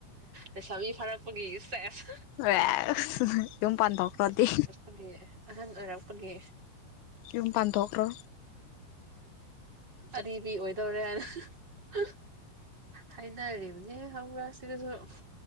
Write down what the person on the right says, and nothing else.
ꯂꯩꯁꯥꯕꯤ ꯐꯥꯔꯛꯄꯒꯤ ꯁꯦꯁ
ꯑꯦ ꯑꯍꯟ ꯑꯣꯏꯔꯛꯄꯒꯤ
ꯑꯔꯤꯕꯤ ꯑꯣꯏꯗꯧꯔꯦ ꯍꯥꯏꯅ ꯍꯥꯏꯅꯔꯤꯕꯅꯦ ꯈꯪꯕꯔ ꯁꯤꯗꯁꯨꯨ